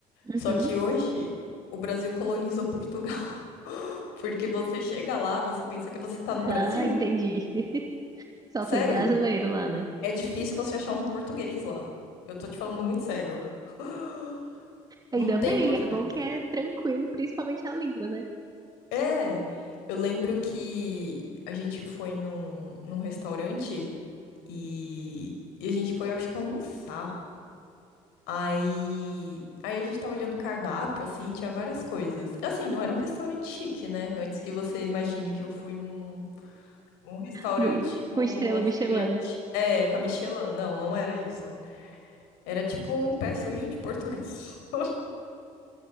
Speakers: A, on the right; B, on the left.
A: Uhum.
B: Só que hoje o Brasil colonizou Portugal. <laughs> Porque você chega lá, você pensa que você tá no Brasil.
A: Ah, entendi. <laughs> Só
B: Sério,
A: tem brasileiro lá, né?
B: é difícil você achar um português lá. Eu tô te falando muito sério. <gasps>
A: Ainda
B: Não tem
A: bem,
B: português.
A: é bom que é tranquilo, principalmente a língua, né?
B: É, eu lembro que a gente foi num, num restaurante e, e a gente foi, acho que, almoçar. Aí, aí a gente tava olhando o cardápio, assim, tinha várias coisas. Assim, não era um restaurante chique, né? Antes que você imagine que eu fui num, Um restaurante
A: Num,
B: com
A: com estrela
B: uma estrelinha
A: Michelin.
B: Mich... É, com a Michelin. Não, não era isso. Era tipo um pé sujo de português. <laughs>